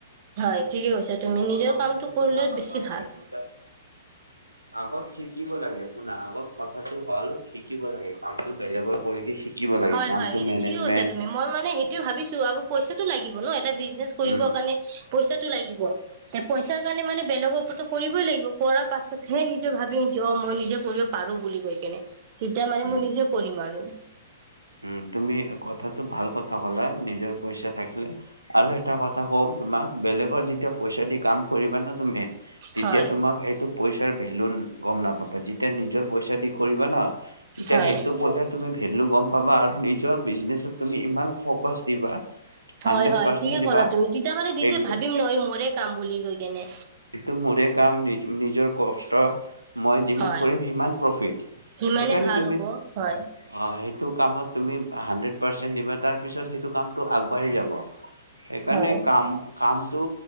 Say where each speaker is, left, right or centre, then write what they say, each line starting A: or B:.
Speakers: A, on the right; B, on the right.
A: হয় ঠিকে কৈছ
B: বেলেগৰ
A: তুমি নিজৰ
B: কথা
A: কামটো
B: শুনিব
A: কৰিলে
B: নাপা
A: বেছি
B: নালাগে
A: ভাল।
B: দুটা আগত শিকিব লাগে শুনা আগত কথাটো হ'ল শিকিব লাগে কামটো বেলেগৰ কৰিকে শিকিব। শিকিব লাগে
A: হয়
B: কামটো
A: হয় এইটো
B: মেনেজমেণ্ট
A: ঠিকে কৈছা তুমি মই মানে সেইটোয়ে ভাবিছো আৰু পইচাটো লাগিব ন এটা। বিজনেছ কৰিব
B: উম
A: কাৰণে পইচাটো লাগিব পইচাৰ কাৰণে মানে বেলেগৰ ওপৰতো কৰিবই লাগিব। কৰাৰ পাছতহে নিজে, যে ভাবিম যে অ' মই নিজে কৰিব পাৰো বুলি কৈ কিনে। তেতিয়া মানে
B: উম
A: মই নিজে কৰিম আৰু।
B: উম' তুমি কথাটো ভাল কথা ক'লা নিজৰ। পইচা থাকিলে আৰু এটা কথা কওঁ। তোমাক বেলেগৰ যেতিয়া পইচা দি কাম কৰিবা না তুমি, তেতিয়া
A: হয়
B: তোমাক সেটো পইচাৰ ভেলু গম নাপা। যেতিয়া নিজৰ পইচা দি কৰিবা ন। তেতিয়া
A: হয়
B: সেইটো পইচা তুমি ভেলু গম আৰু নিজৰ বিজনেচত তুমি ইমান ফকাচ দিবা। হাণ্ড্ৰেড
A: হয়-হয়
B: পাৰ্চেন্ট
A: ঠিকে
B: দিবা
A: ক'ল তুমি তেতিয়া মানে
B: সেইটো
A: দিজে ভাবিম নয় মৰে কাম বুলি কৈ কেনে।
B: এইটো মোৰে কাম নিজ নিজৰ কষ্ট মই যিমান
A: হয়
B: কৰিম সিমান প্ৰফিট
A: সিমানে
B: সেই কাৰণে
A: ভাল
B: তুমি,
A: হ'ব হয়
B: অ সেইটো কামত তুমি হান্দ্ৰেড পাৰ্চেন্ট দিবা তাৰ পিছত সেইটো কামটো আগবাঢ়ি যাব। সেইকাৰণে
A: হয়
B: কাম কাম টো